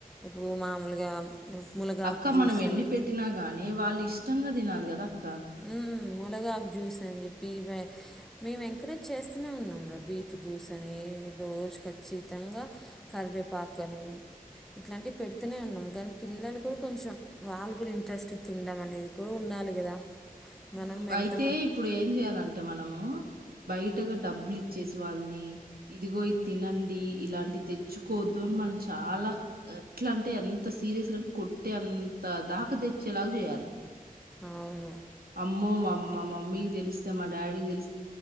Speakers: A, in the centre; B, on the right.
A: ఇప్పుడు మామూలుగా మునగాకు
B: అక్క
A: జ్యూస్
B: మనం ఎన్ని
A: అని
B: పెట్టినా గాని వాళ్ళ ఇష్టంగా తినాలి కదా అక్క
A: ఉ మూలగాకు జూస్ అని చెప్ పీవ మేము ఎంకరేజ్ చేస్తూనే ఉన్నాము రా బీట్రూట్ జ్యూస్ అని రోజు ఖచ్చితంగా కరివేపాకు అని ఇట్లాంటివి పెడుతూనే ఉన్నాము కానీ పిల్లలు కూడా కొంచెం వాళ్ళు కూడా ఇంట్రెస్ట్ తిందాం అనేది కూడా ఉండాలి కదా మనం
B: ఊమ్
A: ఎంత
B: అయితే ఇప్పుడు ఏం చెయాలంటే మనము బయటగా డబ్బులు ఇచ్చేసి వాళ్ళని ఇదిగో ఇ తినండి ఇలాంటివి తెచ్చుకోవద్దు అని మనం చాలా ఎట్లా అంటే ఎంత సీరియస్గా కొట్టే అంత దాక తెచ్చేలాగా జేయాలి
A: అవును
B: అమ్మో మా మా మమ్మీకి దెలిస్తే మా డాడీకి తెలిస్